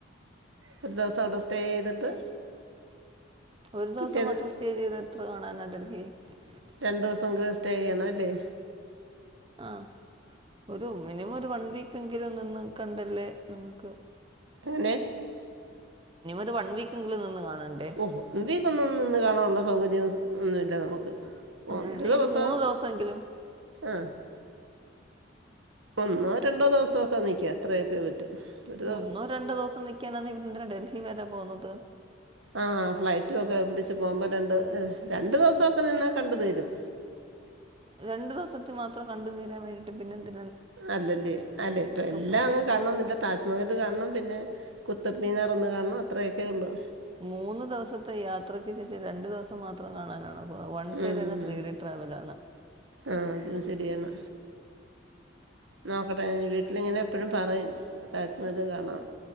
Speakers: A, on the right; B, on the right.
A: ഒരു ദിവസം അവിടെ സ്റ്റേ ചെയ്തിട്ട്
B: ഒരു ദിവസം
A: പിറ്റേന്ന്
B: മാത്രം സ്റ്റേ ചെയ്ത് എത്ര കാണാനായിണ്ട <unintelligible>
A: രണ്ടു ദിവസം എങ്കിലും സ്റ്റേ ചെയ്യണം അല്ലേ
B: ആ ഒരു മിനിമം ഒരു വൺ വീക്ക് എെങ്കിലും ഒന്നും കണ്ടല്ലേ നിങ്ങക്ക്
A: എങ്ങനെ
B: ഒരു വൺ വീക്ക് എങ്കിലും നിന്ന് കാണണ്ടേ
A: ഓഹോ വീക്ക്ക്കൊന്ന <unintelligible> നിന്ന് കാണാനുള്ള സൗകര്യം ഒന്നുമില്ല നമുക്ക്
B: അങ്ങനെയാണെങ്കിൽ
A: ഒണ്ട ദിവസം
B: ഒരു മൂന്ന് ദിവസമെങ്കിലും
A: ആഹ ഒന്നോ രണ്ടോ ദിവസമോ ഒക്കെ നിക്കും അത്രയൊക്കെ പറ്റും ഒരു
B: ഒന്നോ രണ്ടോ ദിവസം നിക്കാന്തിനാ ഡൽഹി വരാ പോവുന്നത്
A: ആഹ ഫ്ലൈറ്റും ഒക്കെ പിടിച്ചു പോകുമ്പോ രണ്ട് രണ്ടു ദിവസംക്കെ നിന്നാ കണ്ട് തീരും
B: രണ്ടു ദിവസത്തി മാത്രം കണ്ടു തീരാൻ വേണ്ടിട്ട് പിന്നെന്ത്
A: അല്ലല്ലേ അല്ലെ ഇപ്പൊ എല്ലാം
B: പോകുന്നത്
A: അങ്ങ് കാണണംന്നില്ല താജ്മഹൽ കാണണം പിന്നെ കുത്തപ് മീനാർ ഒന്ന് കാണണം അത്രയൊക്കെ ഉള്ളു
B: മൂന്ന് ദിവസത്തെ യാത്രക്ക് ശേഷം രണ്ടു ദിവസം മാത്രം കാണാനാണോ വൺ സൈഡ്ന്നെ
A: ഉം
B: ത്രീ ടി ട്രാവൽ ആണ്
A: ആഹ് അതും ശരിയാണ് നോക്കട്ടെ വീട്ടിലിങ്ങനെ എപ്പഴും പറയും താജ്മഹല് കാണാം